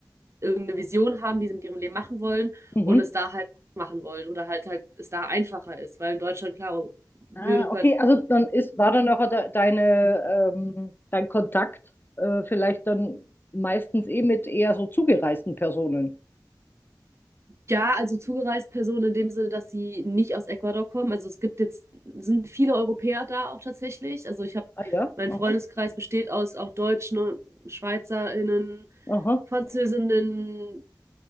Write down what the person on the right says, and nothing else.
irgendeine Vision haben, die sie mit ihrem Leben machen wollen
und es da halt machen wollen oder halt halt es da einfacher ist, weil in Deutschland, klar, Bürokrat,
Ja, also zugereist Personen in dem Sinne, dass sie nicht aus Ecuador kommen. Also es gibt jetzt, sind viele Europäer da auch tatsächlich. Also ich habe,
mein Freundeskreis
besteht aus auch Deutschen, SchweizerInnen,
Französinnen,